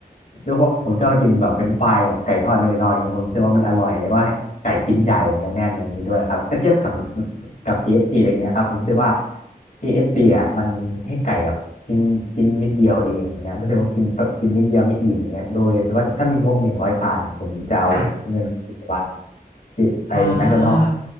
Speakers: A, on the left; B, on the left.
A: ด้วยความผมชอบกินแบบเป็นไฟรายกับไก่ทอดแมคโดนัลด์อย่างเงี้ยผมรู้สึกว่ามันอร่อยแล้วก็ไก่ชิ้นใหญ่เนื้อแน่นอย่างนี้ด้วยครับถ้าเทียบกับกับ KFC อฟซีอะไรเงี้ยครับผมรู้สึกว่าเคเอฟ f c อ่ะมันให้ไก่แบบ กินกินนิดเดียวเองอย่างเงี้ยรู้สึกว่ากินกินนิดเดียวไม่อิ่มอย่างเงี้ยโดยถือว่าถ้ามีงบหนึ่งร้อยบาทผมจะเอาเงินแบบว่า
B: ค่ะ
A: ไปแมคโดนัลด์
B: อ่า